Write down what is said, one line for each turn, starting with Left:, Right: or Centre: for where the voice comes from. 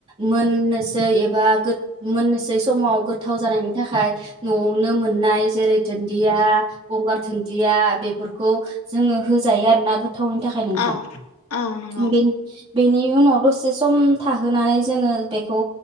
Right: मोननोसै एबा मोननोसै समाव गोथाव जानायनि थाखाय न'आवनो मोननाय जेरै दुन्दिया गंगार दुन्दिया बेफोरखौ जोङो होजायो आरो ना गो। थावनि थाखाय नोंथां
Left: औ औ नंगौ
Right: बिन बेनि उनाव दसे बे सम। थाहोनानै जोङो बेखौ